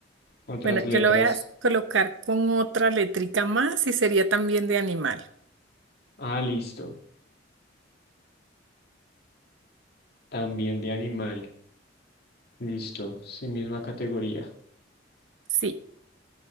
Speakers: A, on the left; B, on the right.
A: otras
B: Bueno,
A: letras.
B: yo lo voy a colocar con otra letrica más y sería también de animal.
A: Ah, listo. También de animal. Listo. Sí, misma categoría.
B: Sí,